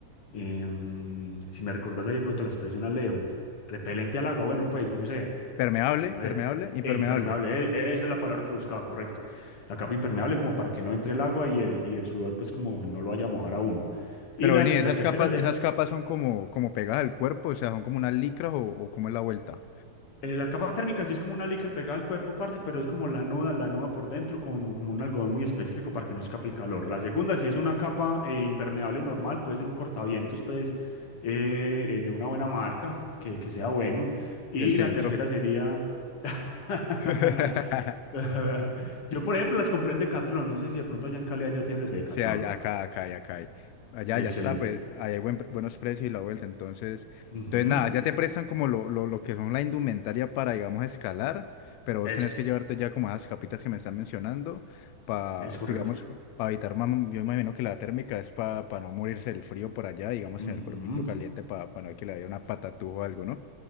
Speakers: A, on the left; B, on the left.
A: Em, si me recordás ahí de pronto la expresión Alejo, repelente al agua, bueno, pues, no sé.
B: Permeable,
A: A ver,
B: permeable, impermeable.
A: e impermeable, e- e, esa es la palabra que buscaba, correcto. La capa impermeable como para que no entre el agua y el, y el sudor pues como no lo vaya a mojar a uno. Y
B: Pero
A: la,
B: vení, esas
A: la tercera,
B: capas,
A: es, eh,
B: esas capas son como, como pegadas al cuerpo, o sea, son como unas licras o, o como es la vuelta
A: la capa térmica sí es como una licra pegada al cuerpo, parce, pero es como la nuda, la nuda por dentro con como un algodón muy específico para que no escape el calor. La segunda sí es una capa eh, impermeable normal, puede ser un cortavientos pues eh, eh, de una buena marca, que, que sea bueno. Y
B: del centro.
A: la tercera sería... <laughs>
B: <laughs>
A: <laughs> Ajá. Yo, por ejemplo, las compré en Decathlon. No sé si de pronto allá en Cali haya tiendas de Decathlon.
B: Sí, allá- acá, acá, y acá. hay. Allá
A: Excelente.
B: ya está, pues ahí hay buen- buenos precios y la vuelta. Entonces,
A: Ujú.
B: entonces nada, ya te prestan como lo, lo, lo que son la indumentaria para, digamos, escalar, pero vos
A: Eso,
B: tenés que llevarte ya como esas capitas que me están mencionando para,
A: es correcto.
B: digamos, para evitar, mam- yo imagino que la térmica es para no morirse del frío por allá, digamos,
A: Ujú.
B: en el cuerpito caliente para no que le dé una patatúa o algo, ¿no?